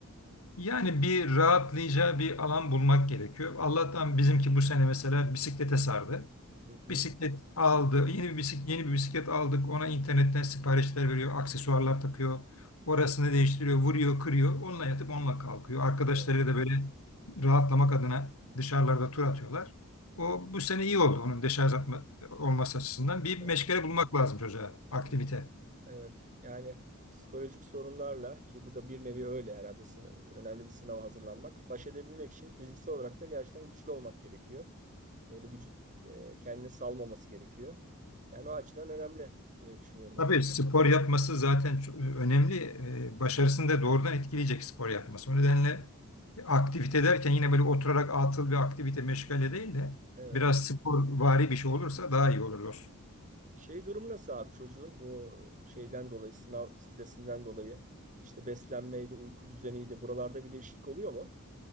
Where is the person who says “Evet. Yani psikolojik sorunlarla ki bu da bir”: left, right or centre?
Right